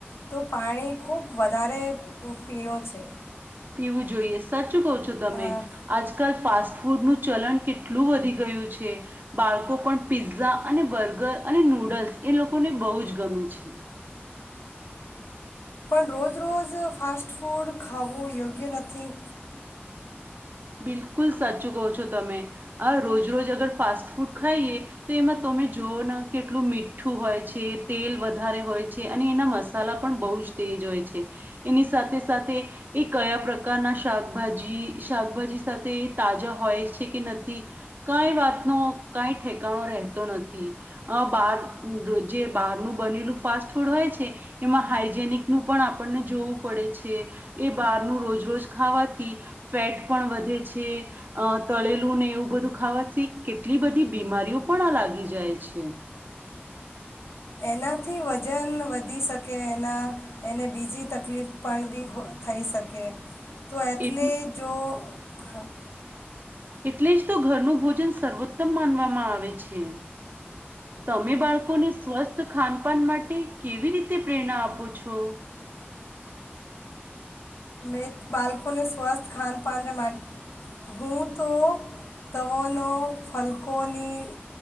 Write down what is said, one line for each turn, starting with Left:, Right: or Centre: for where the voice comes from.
Left: તો પાણી ખૂબ વધારે પીણો છે.
Right: પીવું જોઈએ સચ ું કહ છો તમે
Left: હા
Right: આજકાલ ફાસ્ટ ફાસ્ટ ફૂડનું ચલન કેટલું વધી ગયું છે બાળકો પણ પીઝઝા અને બર્ગર અને નૂડલ્સ એ લોકોને બહુ જ ગમે છે.
Left: પણ રોજ રોજ ફાસ્ટ ફૂડ ખાવવું યોગ્ય નથી,
Right: બિલકુલ સાચું કહો છો તમે આ રોજ રોજ અગર ફાસ્ટ ફૂડ ખાઈએ તો એમાં તમે જોવ ને કેટલું મીઠું હોય છે, તેલ વધારે હોય છે અને એના મસાલા પણ બહુ જ તેજ હોય છે, એની સાથે સાથે એ કયા પ્રકારના શાકભાજી શાકભાજી સાથે એ તાજા હોય છે, કે નથી કઈ વાતનો કઈ ઠેકાણો રહેતો નથી આ બહાર જે બહારનું બનેલું ફાસ્ટ ફૂડ હોય છે, એમાં હાઈજેનિક નું પણ આપણને જોવું પડે છે, એ બહારનું રોજ રોજ ખાવાથી ફેટ પણ વધે છે, અ તળેલું ને એવું બધું ખાવાથી કેટલી બધી બીમારીઓ પણ આ લાગી જાય છે,
Left: એનાથી વજન વધી શકે એના એને બીજી તકલીફ પણ બી થઈ શકે તો એટલે
Right: એટ
Left: જો હમ્મ
Right: એટલે જ તો ઘરનું ભોજન સર્વોત્તમ માનવામાં આવે છે. તમે બાળકોને સ્વસ્થ ખાનપાન માટે માટે કેવી રીતે પ્રેરણા આપો છો,
Left: મેં બાળકોને સ્વસ્થ ખાનપાન માટે હું તો તવોનો ફલકોની